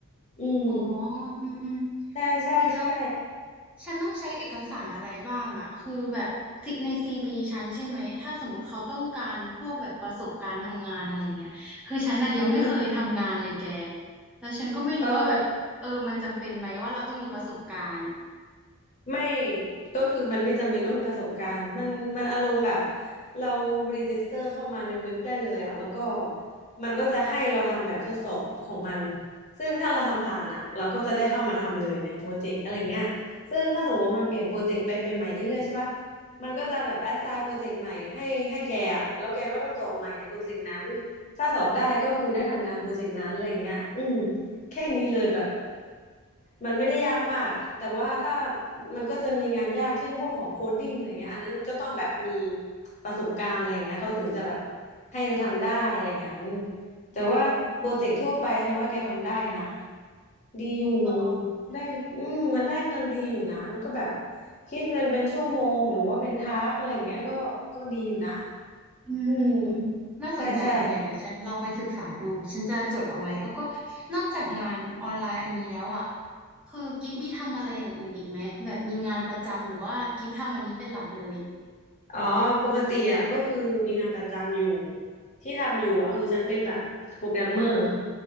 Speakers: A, on the left (about 35°); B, in the centre.
A: อืม
B: อ๋ออืมอืม
A: ใช่ใช่ใช่
B: แล้วฉันต้องใช้เอกสารอะไรบ้างอ่ะคือแบบในซีวีฉันใช่ไหม ถ้าสมมติเขาต้องการพวกแบบประสบการณ์ทำงานอะไรเงี้ยคือฉันอ่ะยังไม่เคยทำงานเลยแก
A: อืม
B: แล้วฉันก็ไม่รู้ว่าแบบเออมันจำเป็นไหมว่าเราต้องมีประสบการณ์
A: เออ ไม่ก็คือมันไม่จำเป็นต้องมีประสบการณ์มันมันอารมณ์แบบเรารีจิสเตอร์เข้ามาในเว็บได้เลยอะแล้วก็มันก็จะให้เราทำแบบทดสอบของมันซึ่งถ้าเราทำผ่านอะเราก็จะได้เข้ามาทำเลยในโปรเจกต์อะไรเงี้ยซึ่งถ้าสมมติว่ามันเปลี่ยนโปรเจกต์ไปใหม่ๆเรื่อยๆใช่ปะมันก็จะแบบแอสไซน์โปรเจกต์ใหม่ให้ให้แกอะแล้วแกก็ต้องสอบใหม่ในโปรเจกต์นั้นถ้าสอบได้ก็คือได้ทำงานโปรเจกต์นั้นอะไรเงี้ยอืมแค่นี้เลยแบบ มันไม่ได้ยากมาก แต่ว่าถ้ามันก็จะมีงานยากเช่นพวกของโคดดิ้งอะไรเงี้ยอันนั้นมันก็ต้องแบบมีประสบการณ์อะไรเงี้ยเขาถึงจะแบบให้ไปทำได้อะไรงั้นแต่ว่าโปรเจกต์ทั่วไปฉันว่าแกทำได้นะ
B: อืม
A: ดีอยู่
B: หรอ
A: ได้ อืมมันได้เงินดีอยู่นะ มันก็แบบคิดเงินเป็นชั่วโมงหรือว่าเป็นทาสอะไรเงี้ยก็ก็ดีอยู่นะ
B: อืมอืมอืมน่าสนใจอ่ะแกเดี๋ยวฉันลองไปศึกษาดูฉันจะจดเอาไว้แล้วก็
A: อืมใช่ใช่
B: นอกจากงานออนไลน์อันนี้แล้วอ่ะคือกิฟมีทำอะไรอย่างอื่นอีกไหมแบบมีงานประจำหรือว่ากิฟทำอันนี้เป็นหลักเลย
A: อ๋อปกติอ่ะก็คือมีงานประจำอยู่ที่ทำอยู่อ่ะคือฉันเป็นแบบโปรแกรมเมอร์